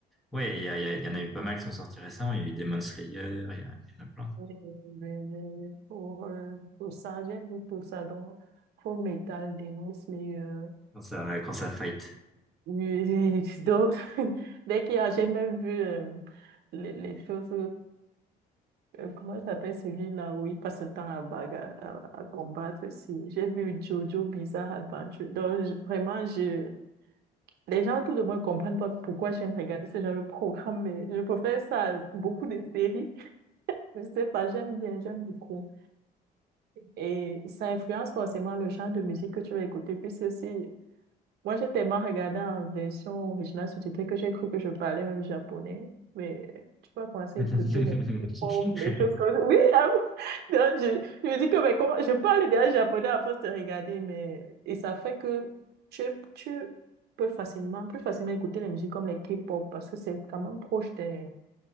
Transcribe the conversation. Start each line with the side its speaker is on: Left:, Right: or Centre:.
Centre: ouais, il y a, il y a- il y en a eu pas mal qui sont sortis récemment. Il y a eu Demon Slayer, il y, a- il y en a plein.
Right: Euh, Pour, euh, pour ça, j'ai vu pour ça, donc Full Metal dénonce les. euh,
Centre: Quand ça, quand ça fight.
Right: les- donc, <laughs> dès qu'il y a, j'ai même vu euh, les, les choses. Euh, Comment s'appelle celui-là où il passe son temps à, baga- à, à combattre aussi. J'ai vu Jojo Bizarre Adventure. Donc, je- vraiment, je... les gens autour de moi ne comprennent pas pourquoi j'aime regarder ce genre de programme, mais je préfère ça à beaucoup de séries. Je sais pas, j'aime bien, j'aime beaucoup. Et ça influence forcément le genre de musique que tu vas écouter. Puis c'est aussi moi, j'ai tellement regardé en version originale sous-titrée que j'ai cru que je parlais même japonais. Mais tu peux commencer
Centre: <laughs>
Right: à écouter les les pop, les choses comme ça. Oui, ah bon <laughs> Donc, je, je me dis que mais comment... je parle déjà japonais à force de regarder. Mais... Et ça fait que tu, tu peux facilement, plus facilement écouter les musiques comme les K-pop parce que c'est quand même proche des-